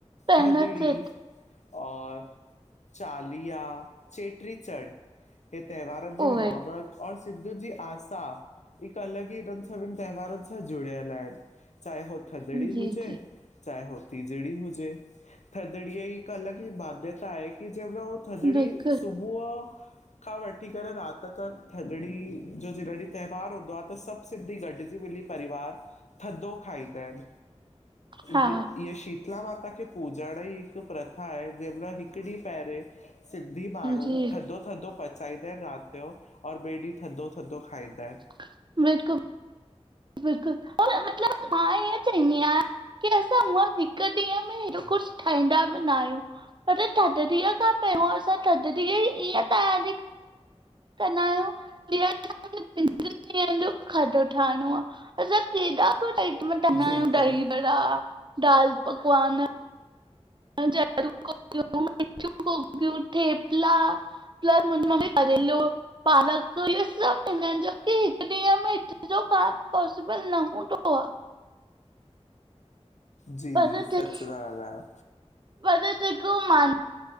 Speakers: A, on the right; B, on the left.
A: पहिरियों
B: थदड़ी
A: चए
B: और चालीहा चेटी चंड हे त्यौहारन जी
A: उहे
B: रौनक और सिंधियुन जी आसा हिक अलग ई हिनन सभिन त्यौहारन सां जुड़ियल आहिन चाहे हो थदड़ी
A: जी
B: हुजे
A: जी
B: चाहे हो तीजड़ी हुजे थदड़ीअ ई हिक अलग ई मान्यता आहे कि जंहिं मेंल उ थधड़ी
A: बिल्कुलु
B: सुबु बुह खां वठी करे रात त थधड़ी जो जॾहिं त्यौहार हूंदो आ त सभ सिंधी गॾजी मिली परिवार थधो खाईंदा आहिन इय
A: हा
B: ईअ शीतला माता खे पूजाण जी हिक प्रत प्रथा आहे जेका हिक ॾींह पहिरे सिंधी माण्हू
A: जी
B: थधो थधो पचाईंदा आहिन रात जो और ॿिए ॾींह थधो थधो खाईंदा आहिन
A: <unintelligible> बिल्कुल और मतलब मां ईअं चहंदी आहियां की असां हूअ हिक ॾींहं में कुछ ठहींदा बि न आहियूं, पर थदड़ीअ खां पहिरियों असां थदड़ीअ ई इअ तैयारी कंदा आहियूं जीअं त बिन टिन ॾींहनि जो खाधो ठाहणो आ। मतलब केॾा कुझ आइटम कंदा
B: बिल्कुलु
A: आहियूं दही बड़ा, दाल पकवान चेहङी कोकीयूं, मिठयूं कोकीयूं, ठेपला पिलस मुंहिंजी मम्मी करेलो पालक इहो सभु ठाहिना आहिन, जबकि हिकु ॾींहं में हेतिरो खायंण पॉसिबल न हूंदो आ।
B: जी
A: पर
B: सचि
A: जे-
B: ता ॻाल्हाययो।
A: पर जेको मान